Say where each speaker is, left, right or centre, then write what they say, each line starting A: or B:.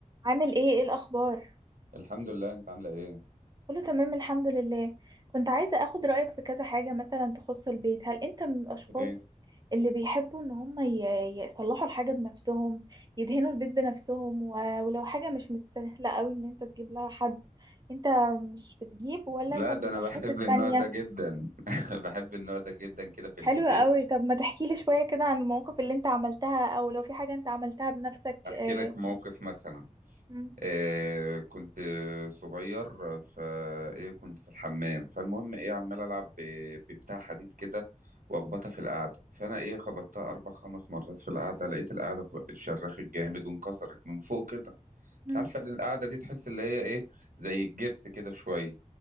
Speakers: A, on the right; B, on the right.
A: عامل ايه ايه الاخبار
B: الحمد لله انت عامله ايه
A: كله تمام الحمد لله كنت عايزة اخد رأيك في كذا حاجة مثلا تخص البيت هل انت من الاشخاص
B: ايه
A: اللي بيحبوا ان هم ي- يصلحوا الحاجة بنفسهم يدهنوا البيت بنفسهم و- ولو حاجة مش مستاهلة قوي ان انت تجيب لها حد انت مش بتجيب ولا
B: لا
A: انت من
B: ده
A: الاشخاص
B: انا بحب
A: التانية
B: النوع ده جدا <laughs> بحب النوع ده جدا كده في
A: حلوة
B: البيت
A: قوي طب ما تحكي لي شوية كده عن المواقف اللي انت عملتها او لو في حاجة انت عملتها بنفسك
B: احكي
A: اه
B: لك موقف مثلا
A: مم.
B: إيه كنت صغير فايه كنت في الحمام فالمهم ايه عمال العب ب- ببتاع حديد كده واخبطها في القعده فانا ايه خبطتها اربع خمس مرات في القعده لقيت القعده كو- اتشرخت جامد وانكسرت من فوق كده انت
A: مم.
B: عارفه ان القعده دي تحس اللي هي ايه زي الجبس كده شويه